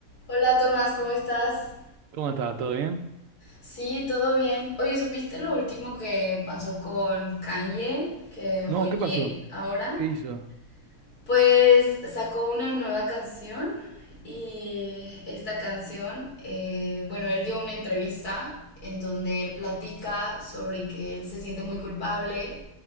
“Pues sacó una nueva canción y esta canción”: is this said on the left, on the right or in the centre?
Left